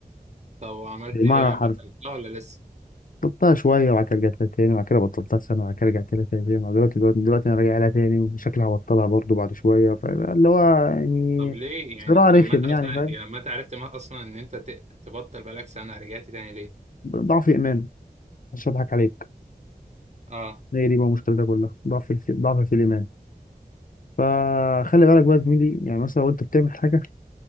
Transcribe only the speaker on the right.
طب وعملت
ايه
بطلتها ولا لسه
طب ليه
يعني لما
انت اصلا
يعني لما انت عرفت ما اصلا ان انت ت- تبطل بقالك سنه رجعت تاني ليه
اه